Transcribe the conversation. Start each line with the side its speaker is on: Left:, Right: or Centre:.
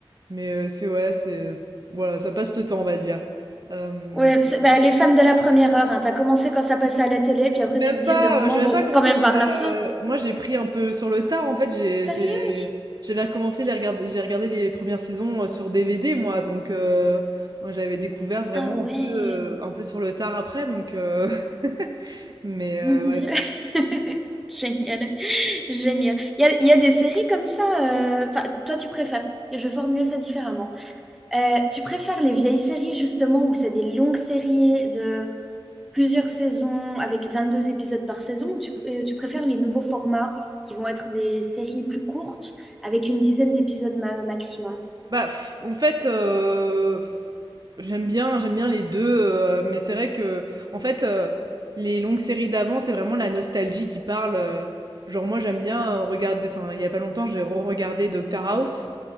Right: mais euh, c'est ouais, c'est voilà, ça passe le temps, on va dire. Euh,
Centre: Ouais, c'est- bah, les fans de la première heure, hein, t'as commencé quand ça passait à la télé, puis après,
Right: même
Centre: tu te dis,
Right: pas,
Centre: au bout d'un moment,
Right: euh, j'ai même
Centre: bon,
Right: pas commencé
Centre: quand même
Right: quand
Centre: voir
Right: ça.
Centre: la fin.
Right: euh, moi, j'ai pris un peu sur le tard en fait. J'ai
Centre: Sérieux?
Right: j'ai j'avais recommencé les regarder, j'ai regardé les premières saisons euh, sur DVD moi, donc euh, moi, j'avais découvert vraiment
Centre: Ah ouais,
Right: un peu euh, un peu sur le tard après, donc euh, <laughs> mais euh,
Centre: mon
Right: ouais.
Centre: Dieu. <laughs> Génial, génial. Il y a, y a des séries comme ça, euh, enfin, toi, tu préfères, je vais formuler ça différemment. Euh, tu préfères les vieilles séries justement où c'est des longues séries de plusieurs saisons avec 22 épisodes par saison ou tu, pr- euh, tu préfères les nouveaux formats qui vont être des séries plus courtes avec une dizaine d'épisodes ma- maximum?
Right: Bah, pff, en fait, heu, j'aime bien j'aime bien les 2 heu, mais c'est vrai que en fait, heu, les longues séries d'avant, c'est vraiment la nostalgie qui parle, heu, genre moi j'aime
Centre: C'est
Right: bien,
Centre: ça.
Right: heu, regarder enfin, il y a pas longtemps, j'ai re-regardé Doctor House